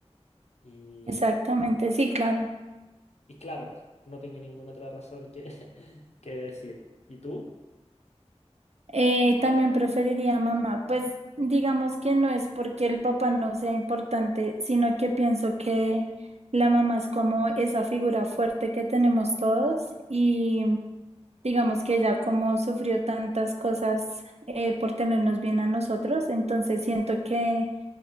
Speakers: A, on the left (about 75°); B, on the right (about 70°).
A: Y,
B: Exactamente, sí, claro.
A: y claro, no tengo ninguna otra razón que, <laughs> que decir. ¿Y tú?
B: Eh, también preferiría a mamá, pues digamos que no es porque el papá no sea importante, sino que pienso que la mamá es como esa figura fuerte que tenemos todos y digamos que ella como sufrió tantas cosas eh, por tenernos bien a nosotros, entonces siento que,